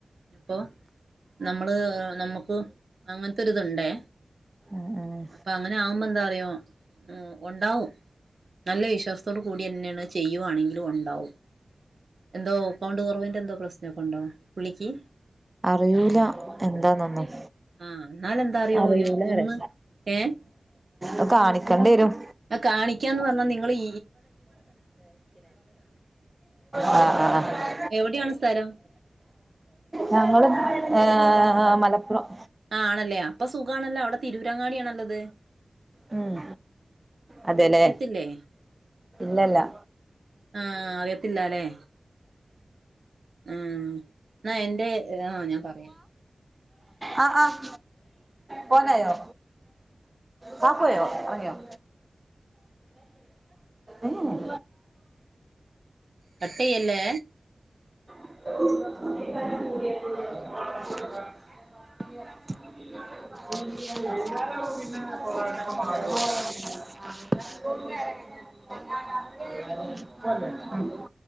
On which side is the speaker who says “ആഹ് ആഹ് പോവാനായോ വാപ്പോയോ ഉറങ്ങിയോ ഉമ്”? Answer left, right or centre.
Right